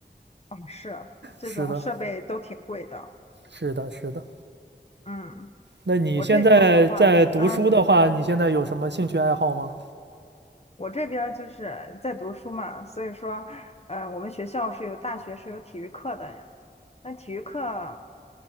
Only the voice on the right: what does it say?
是的，是的，是的。
那你现在在读书的话，
你现在有什么兴趣爱好吗？